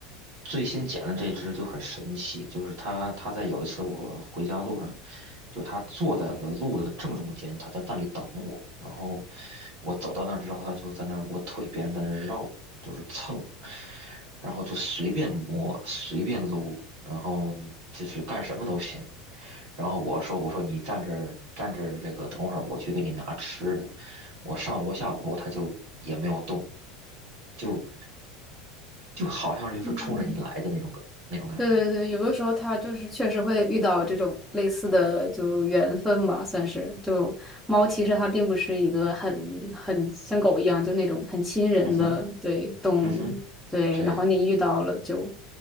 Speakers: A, on the right; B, in the centre.
A: 最新捡的这只就很神奇，就是它，它在有一次我回家路上，就它坐在了路的正中间，它在那里等我。然后我走到那儿之后，它就在那儿我腿边在那儿绕，就是蹭，然后就随便摸，随便撸，然后就是干什么都行。然后我说：“我说你站这儿站这儿，这个等会儿我去给你拿吃的。”我上楼下楼，他就也没有动，就就好像是就是冲着你来的那种感那种感觉。
B: 嗯。对对对，有的时候它就是确实会遇到这种类似的就缘分吧，算是。就猫其实它并不是一个很很像狗一样就那种很亲人的对动物，
A: 嗯哼，嗯哼，
B: 对。
A: 对
B: 然后你遇到了就，